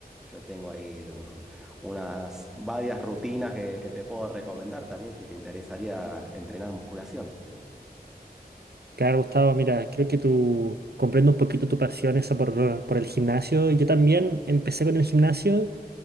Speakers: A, in the centre; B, on the right.
A: yo tengo ahí <laughs> unas varias rutinas que, que te puedo recomendar también si te interesaría entrenar musculación.
B: Claro, Gustavo, mira, creo que tú comprendo un poquito tu pasión esa por, por el gimnasio. Yo también empecé con el gimnasio.